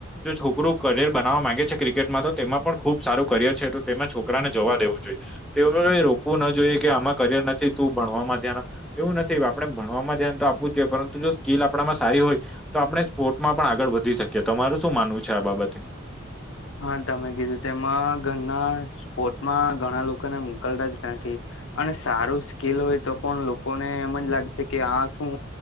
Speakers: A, in the centre; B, on the left.
A: જો છોકરું કરિયર બનાવવા માંગે છે ક્રિકેટમાં તો તેમાં પણ ખુબ સારું કરિયર છે તો તેમાં છોકરાને જોવા દેવો જોઈએ. તે એ રોકવું ના જોઈએ કે આમાં કરિયર નથી તું ભણવામાં ધ્યાન એવું નથી આપ આપણે ભણવામાં ધ્યાન તો આપવું જ જોઈએ પરંતુ જો સ્કીિલ આપણામાં સારી હોય તો આપણે સ્પોર્ટમાં પણ આગળ વધી શકીએ તો તમારું શું માનવું છે આ બાબતે.
B: હા તમે કીધું તેમાં ઘરના સ્પોટમાં ઘણા લોકોને મોકલતા જ નથી. અને સારું સ્કીલ હોય તો પણ લોકોને એમજ લાગે છે કે આ શું